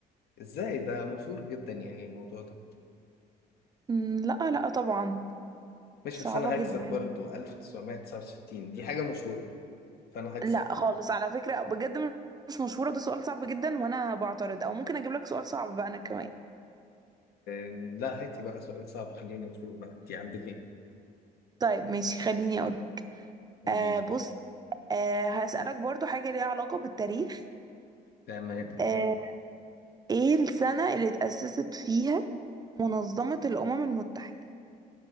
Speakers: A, on the left; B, on the right.
A: إزاي ده مشهور جدا يعني الموضوع ده
B: مم، لا لا طبعا
A: ماشي
B: صعبة
A: بس انا هكسب
B: جدا
A: برضو 1969 دي حاجة مشهورة فانا هكسب
B: لا خالص على فكرة بجد مش مشهورة ده سؤال صعب جدا وانا بعترض او ممكن اجيب لك سؤال صعب بقى انا كمان
A: أم، لا هاتي بقى سؤال صعب خلينا نشوف بقى انت عندك ايه
B: طيب ماشي خليني اقول
A: قولي
B: آه
A: لي
B: بص آه هسألك برضو حاجة ليها علاقة بالتاريخ
A: تمام
B: آه ايه السنة اللي اتأسست فيها منظمة الأمم المتحدة